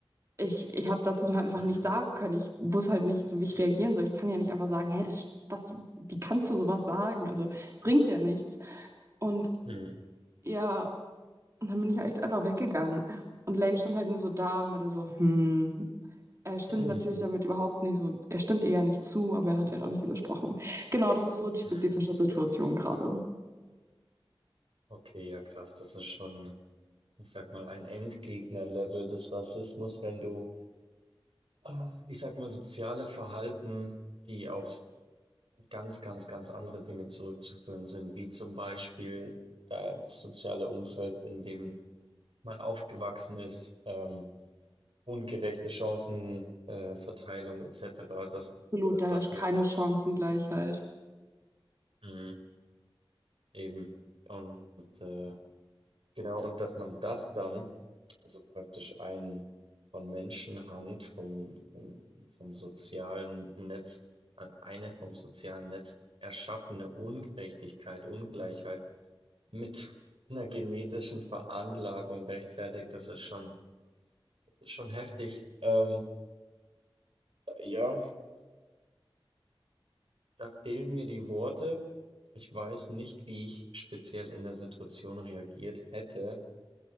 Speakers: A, on the right (about 30°); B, on the right (about 75°).
A: ich, ich habe dazu halt einfach
B: Mhm.
A: nichts sagen können. Ich wusste halt nicht, so wie ich reagieren soll. Ich kann ja nicht einfach sagen, hey, das, was, wie kannst du sowas sagen? Also bringt ja nichts. Und
B: Mhm.
A: ja, und dann bin ich halt einfach weggegangen. Und Lane stand halt nur so da und meinte so, hm, er stimmt
B: Mhm.
A: natürlich damit überhaupt nicht so, er stimmt ihr ja nicht zu, aber er hat ja halt auch nicht widersprochen. Genau, das ist so die spezifische
B: Mhm.
A: Situation gerade.
B: Okay, ja krass, das ist schon, ich sag mal, ein Endgegner-Level des Rassismus, wenn du, ah, ich sag mal, soziale Verhalten, die auf ganz, ganz, ganz andere Dinge zurückzuführen sind, wie zum Beispiel da das soziale Umfeld, in dem man aufgewachsen ist, ähm, ungerechte Chancenverteilung äh, Verteilung etc. Das,
A: Absolut,
B: das,
A: da herrscht
B: das
A: keine
B: wirkt sich
A: Chancengleichheit.
B: dann mhm. eben und äh, genau und dass man das dann also praktisch ein von Menschenhand vom, vom, vom sozialen Netz äh, eine vom sozialen Netz erschaffene Ungerechtigkeit, Ungleichheit Mit einer genetischen Veranlagung rechtfertigt, das ist schon das ist schon heftig. Ähm, Ja. da fehlen mir die Worte. Ich weiß nicht, wie ich speziell in der Situation reagiert hätte,